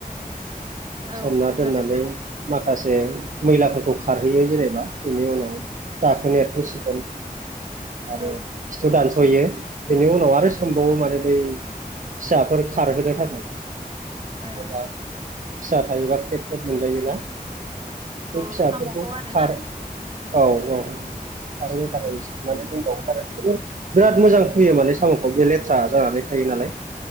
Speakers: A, on the right; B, on the right.
A: औ
B: सोमना दोननानै
A: दोनगोन
B: माखासे मैलाफोरखौ खारहैयो जेनेबा बेनि उनाव दाखोन एरफोसिगोन आरो
A: औ
B: खिथु दान्सयो बेनि उनाव आरो सोमबावो माने बै फिसाफोर खारहोनो थाखाय नङाबा
A: ओमम
B: फिसा थायोबा खेब खेब मोनजायोना बे फिसाफोरखौ
A: अ साम'खौ आरोना
B: खार औ औ थाबैनो
A: औ
B: थाखायबो सोबनानै <unintelligible> बिराद मोजां फुयो माने साम'खौ बेयो लेथ्रा जानानै थायो नालाय